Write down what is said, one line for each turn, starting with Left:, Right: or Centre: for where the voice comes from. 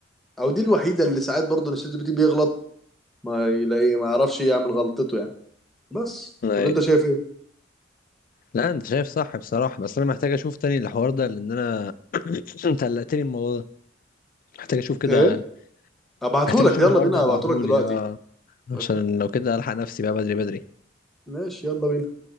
Centre: او دي الوحيده اللي ساعات برضو ان الشات جي بي تي بيغلط ما يلاقي ما يعرفش يعمل غلطته يعني بس
Left: ايوه
Centre: ولا انت شايف ايه؟
Left: لا انت شايف صح بصراحة بس انا محتاج اشوف تاني الحوار ده لان انا <clears throat> انت قلقتني من الموضوع ده محتاج اشوف كده
Centre: ايه؟ ابعتهولك
Left: محتاج اشوف
Centre: يلا
Left: الحوار
Centre: بينا
Left: ده ابعتهولي
Centre: ابعتهولك دلوقتي
Left: اه عشان
Centre: ابعتهولك
Left: لو كده الحق نفسي بقى بدري بدري
Centre: ماشي يلا بينا